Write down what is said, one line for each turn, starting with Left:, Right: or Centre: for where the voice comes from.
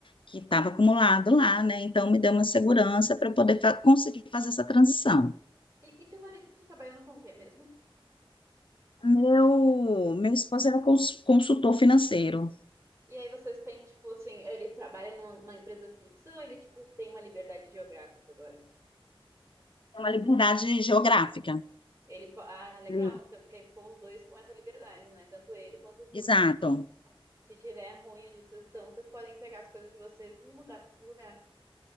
Left: que estava
Right: sim, sim.
Left: acumulado
Right: sim.
Left: lá, né? Então me deu uma segurança para eu poder fa- conseguir fazer essa transição.
Right: E, e teu marido tá trabalhando com o quê mesmo?
Left: Meu, meu esposo era cons- consultor financeiro,
Right: E aí vocês têm, tipo, assim, ele trabalha numa empresa fixa ou ele, tipo, tem uma liberdade geográfica agora?
Left: é uma liberdade geográfica.
Right: Ele, po- ah, legal,
Left: Hum.
Right: então, porque aí ficou os dois com essa liberdade, né? Tanto ele quanto tu.
Left: Exato.
Right: Tipo assim, se tiver ruim onde vocês estão, vocês podem pegar as coisas de vocês e mudar para outro lugar.